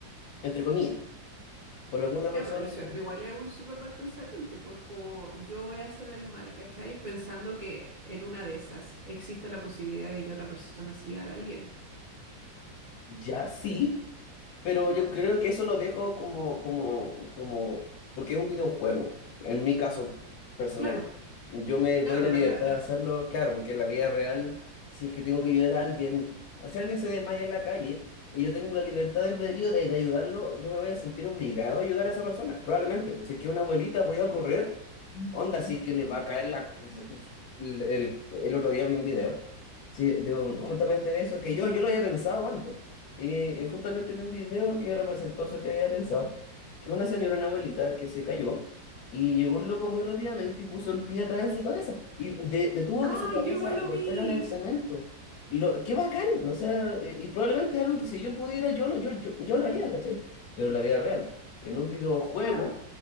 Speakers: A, on the left; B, on the right.
A: entre comillas. Por alguna razón,
B: Ya, pero eso igual es un súper mal pensamiento, pues como yo voy a hacer el mal, ¿cachai? Pensando que en una de esas existe la posibilidad de que otra persona sí haga el bien.
A: ya sí, Pero yo creo que eso lo dejo como, como, como, porque es un videojuego, en mi caso personal.
B: Claro,
A: Yo me
B: claro,
A: doy la
B: no
A: libertad
B: es la...
A: de hacerlo,
B: <laughs>
A: claro, porque en la vida real, si es que tengo que ayudar a alguien, si alguien se desmaya en la calle y yo tengo la libertad del albedrío de, de ayudarlo, yo me voy a sentir obligado a ayudar a esa persona, probablemente. Si es que es una abuelita, voy a correr Onda, sí que le va a caer la... El, el otro día vi un video, sí, de un-
B: Ya.
A: justamente de eso, que yo, yo lo había pensado antes. Y eh, justamente vi un video que representó eso que había pensado, que una señora, una abuelita, que se cayó y llegó un loco muy rápidamente y puso el pie atrás de su cabeza y de- detuvo
B: ¡Ah,
A: que su cabeza
B: yo igual lo
A: golpeara
B: vi!
A: en el cemento. Lo, qué bacán, o sea, eh, y probablemente algo que si yo pudiera, yo lo, yo, yo, yo lo haría, ¿cachai? Pero en la vida real, en un videojuego
B: Claro,